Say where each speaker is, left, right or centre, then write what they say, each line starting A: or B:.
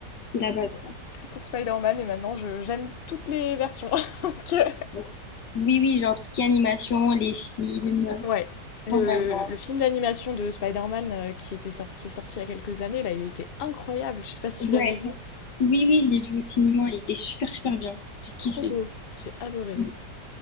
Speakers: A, on the left (about 75°); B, on the left (about 55°).
A: c'est la base,
B: pour,
A: quoi.
B: pour Spider-Man. Et maintenant, je- j'aime toutes les versions. <laughs> Donc, euh,
A: Bon. Oui, oui, genre tout ce qui est animation, les films,
B: ouais. Le,
A: quand même.
B: le-
A: Ouais.
B: le film d'animation de Spider-Man euh, qui, était sor- qui est sorti il y a quelques années, là, il était incroyable. Je sais pas si tu
A: Ouais.
B: l'avais vu.
A: Oui, oui, je l'ai vu au cinéma, il était super, super bien. J'ai kiffé.
B: Trop beau. J'ai adoré.
A: Ouais,